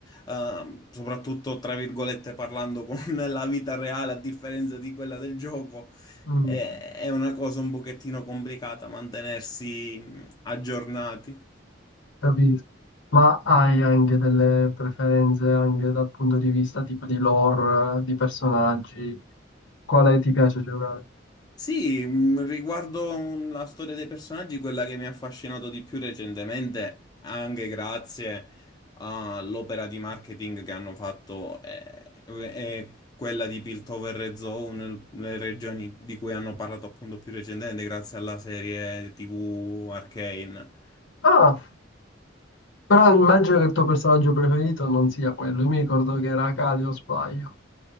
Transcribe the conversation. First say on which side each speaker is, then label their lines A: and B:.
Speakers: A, on the left; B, on the left.
A: ehm, soprattutto tra virgolette parlando con <laughs> la vita reale a differenza di quella del gioco.
B: mm,
A: È è una cosa un pochettino complicata mantenersi mh, aggiornati.
B: capisco, ma hai anche delle preferenze anche dal punto di vista tipo di lore, di personaggi, quale ti piace giocare?
A: Sì, mh, riguardo mh, la storia dei personaggi, quella che mi ha affascinato di più recentemente, anche grazie all'opera di marketing che hanno fatto, è, è quella di Piltover e Zone, le regioni di cui hanno parlato appunto più recentemente, grazie alla serie TV Arcane.
B: Ah, però immagino che il tuo personaggio preferito non sia quello, io mi ricordo che era Kali o sbaglio.